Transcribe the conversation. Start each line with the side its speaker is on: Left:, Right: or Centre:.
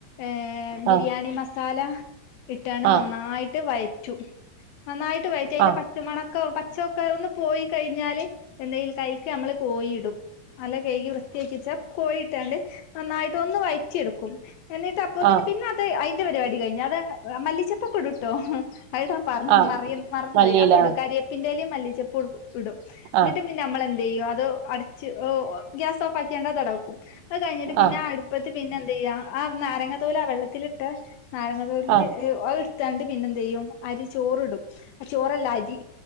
Left: ഏഹ് ബിരിയാണി
Right: ആഹ്
Left: മസാല- ഇട്ടാണ്ട്
Right: ആ
Left: നന്നായിട്ട് വഴറ്റും നന്നായിട്ട് വയറ്റു അതിന്റെ
Right: ആ
Left: പച്ചമണക്ക ചൊക്ക അതൊന്ന് പോയി കഴിഞ്ഞാല് എന്തെങ്കും കൈക്ക് നമ്മള് കോയിടും നല്ല കൈകി വൃത്തിയാച്ചിട്ട് കോയിട്ടാണ്ട് നന്നായിട്ട് ഒന്ന് വഴറ്റിയെടുക്കും എന്നിട്ട് അപ്പോ
Right: ആ
Left: തന്നെ പിന്നെ അത് അയി ൻ്റെ പരിപാടി കയിഞ്ഞു അത് മല്ലിച്ചപ്പൊക്കെടൂട്ടോ ആയിടാ പറ
Right: ആ
Left: മറ മറന്ന്
Right: മല്ലിയില
Left: പോയി അത് ഇടും കരിയപ്പിന്റെലും മല്ലിച്ചപ്പ് ഇടും എന്നിട്ട്
Right: ആ
Left: പിന്നെ നമ്മളെന്ത്യ്യും അത് അടച്ച് ഓ ഗ്യാസ് ഓഫാക്ക്യണ്ട് അത് അടക്കും അത് കഴിഞ്ഞിട്ട് പിന്നെ
Right: ആ
Left: അടുപ്പത്തി പിന്നെ എന്തയ്യാ ആ നാരങ്ങ തോല് ആ വെള്ളത്തിലിട്ട നാരങ്ങ തോല്
Right: ആ
Left: എടുത്താണ്ട് പിന്നെ എന്തയ്യും അരി ചോ ചോറ്ടും ആ ചോറല്ല അരി